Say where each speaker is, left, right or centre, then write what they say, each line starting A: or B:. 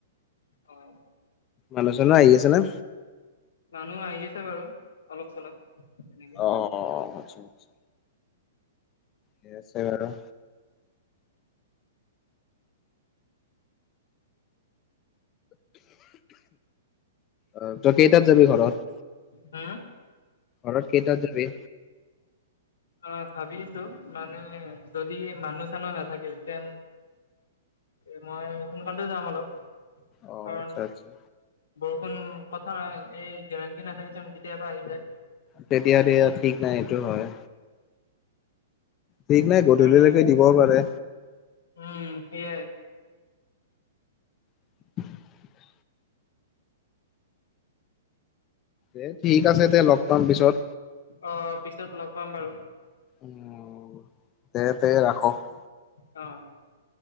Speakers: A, on the left (about 75°); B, on the left (about 30°).
A: অ'!
B: মানুহ- চানুহ‌ আহি আছে না?
A: মানুহ আহি আছে বাৰু, অলপ- চলপ এনেকে।
B: অ অ'! আচ্ছা, আচ্ছা। <unintelligible> আছে বাৰু। অ'! তই কেইটাত যাবি ঘৰত?
A: হা?
B: ঘৰত কেইটাত যাবি?
A: অ'! ভাবি আছোঁ! মানে, যদি মানুহ- চানুহ নাথাকে, তেন এ মই সোনকালতে যাম অলপ
B: অ
A: কাৰণ
B: আচ্ছা আচ্ছা
A: বৰষুণ কথা এই গেৰাণ্টি নাথাকে চুন কেতিয়াবা আহি যায়।
B: তে দিয়া-দিয়া ঠিক নাই এইটো হয়। ঠিক নাই
A: সেইকাৰণে
B: গধূলিলৈকে দিবও পাৰে।
A: উম, সেয়াই।
B: <inaudible> এ, ঠিক আছে দে, লগ পাম পিছত।
A: অ'! পিছত লগ পাম বাৰু।
B: উম, দে-দে ৰাখক।
A: অ'!